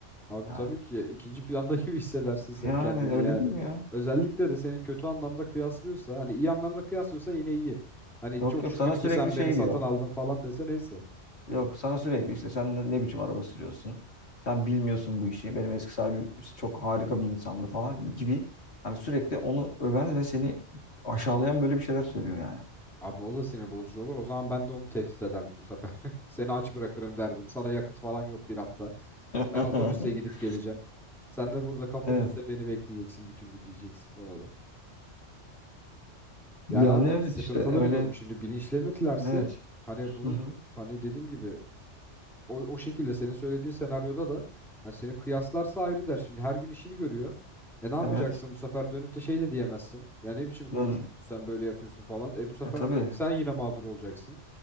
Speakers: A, in the centre; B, on the left.
A: Abi
B: Yani,
A: tabii ki ikinci planda <laughs> gibi hissedersin sen
B: yani
A: kendini
B: öyle
A: yani.
B: değil mi ya?
A: Özellikle de seni kötü anlamda kıyaslıyorsa hani iyi anlamda kıyaslıyorsa yine iyi. Hani
B: Yok
A: çok
B: yok
A: şükür
B: sana sürekli
A: ki sen
B: şey
A: beni satın
B: diyor.
A: aldın falan dese neyse.
B: Yok sana sürekli işte sen ne ne biçim araba sürüyorsun? Sen bilmiyorsun bu işi. Benim eski sahibim işte çok harika bir insandı falan gibi. Hani sürekli onu öven ve seni aşağılayan böyle bir şeyler söylüyor yani.
A: Abi o da sinir bozucu olur. O zaman ben de onu tehdit ederdim bu sefer. <laughs> Seni aç bırakırım derdim. Sana yakıt falan yok bir hafta.
B: <laughs>
A: Ben otobüste gidip geleceğim. Sen de burada kapının
B: Evet.
A: önünde beni bekleyeceksin bütün gün diyeceksin ona da.
B: Yani
A: Yani abi
B: evet
A: sıkıntılı
B: işte öyle.
A: bir durum. Şimdi bilinçlenirlerse
B: Evet.
A: hani bunun
B: Hı hı.
A: hani dediğim gibi o, o şekilde senin söylediğin senaryoda da hani seni kıyaslarsa ayrı der. Şimdi her gün işini görüyor. E ne yapacaksın
B: Evet.
A: bu sefer dönüp de şey de diyemezsin. Ya ne biçim konuşuyorsun
B: Gön
A: sen böyle yapıyorsun falan. E bu sefer
B: e tabii.
A: sen yine mağdur olacaksın.